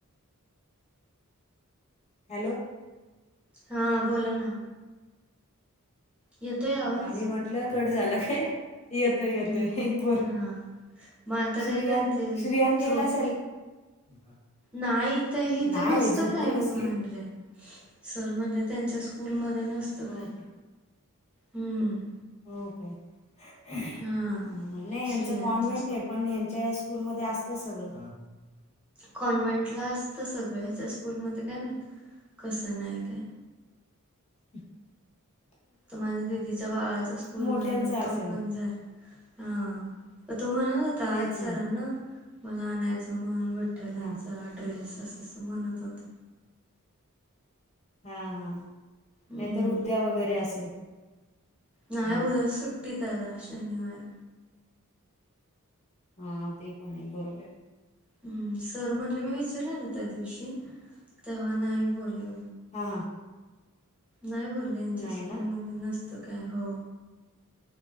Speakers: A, on the left (about 30°); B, in the centre.
A: हॅलो.
B: हा बोला ना येतोय आवाज
A: हा मी म्हंटलं कट झाला काय? येतोय, येतोय
B: हम्म
A: बोल
B: हा मग आता काय
A: श्रियान-श्रियान
B: करते
A: गेला
B: झोपले
A: असेल. <inaudible>
B: नाही इथ, हीथं
A: नाही
B: नसतं
A: झोपती
B: काही
A: कसली
B: <unintelligible> सर म्हणले त्यांच्या स्कूलमध्ये नसत
A: हो
B: काय.
A: का?
B: हम्म.
A: होय काय? ह ह
B: हा
A: नाही यांचं
B: श्रियांच्या
A: कॉन्व्हेंट
B: स्कूल
A: आहे, पण ह्यांच्या या स्कूल मधे असत सगळं.
B: कॉन्व्हेंटला असत, सगळ्याच्या स्कूलमध्ये काय माहित कसं नाही काय?
A: <inaudible>
B: तो माझ्या दिदीच्या बाळाच्या स्कूलमध्ये
A: मोठ्यांचं
B: पण तो
A: असेल
B: पण जाईल. हा तो म्हणत होता
A: तेच
B: आज सरांना
A: ना
B: मला आणायचं म्हण वट- विठ्ठलांचा
A: हा
B: ड्रेस असं अस म्हणत होता.
A: हा, हा
B: हम्म
A: नाहीतर उद्या वगैरे असेल.
B: नाही
A: हं.
B: उद्या सुट्टी त्याला शनिवार.
A: हा ते पण आहे बरोबर.
B: हम्म सर म्हणले मी विचारलेल त्या दिवशी तेव्हा नाही बोलले.
A: हा हां.
B: नाही बोलले, यांच्या
A: नाही
B: स्कूलमधे
A: ना?
B: नसतं काय. हो.